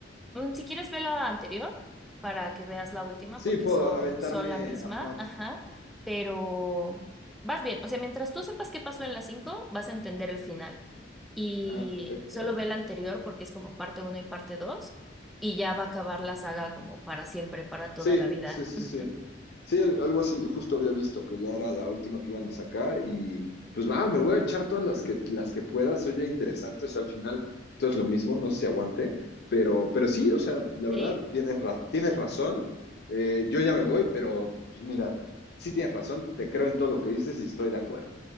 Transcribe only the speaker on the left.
Sí,
puedo
aventarme.
Ajá.
Ah, perfecto.
Sí,
sí, sí,
sí. Sí, al- algo así justo había visto, que ya era la última que iban a sacar y pues va, me voy a echar todas las que, las que pueda, se oye interesante, o sea, al final todo es lo mismo, no sé si aguante, pero, pero sí, o sea, la
verdad, tienes, ra- tienes razón, eh, yo ya me voy, pero pues mira, sí tienes razón, te creo en todo lo que dices y estoy de acuerdo.